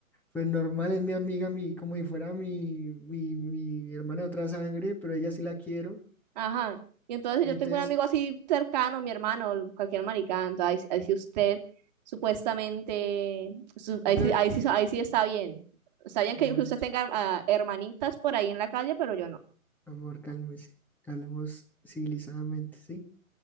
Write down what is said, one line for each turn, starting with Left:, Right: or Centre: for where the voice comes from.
Centre: Pues normal, es mi amiga, mi, como si fuera mi, mi, mi hermana de otra sangre, pero ella sí la quiero.
Right: Ajá. Y entonces si
Centre: Y
Right: yo
Centre: entonces
Right: tengo un amigo así cercano, mi hermano, cualquier maricán, entonces ahí, sí, ahí sí usted supuestamente, su-
Centre: Tú
Right: ahí,
Centre: tenés,
Right: sí, ahí, sí, ahí sí está bien. Está bien que
Centre: amorcito,
Right: que usted tenga ah, hermanitas por ahí en la calle, pero yo no.
Centre: amor, cálmese. Hablemos civilizadamente, ¿sí?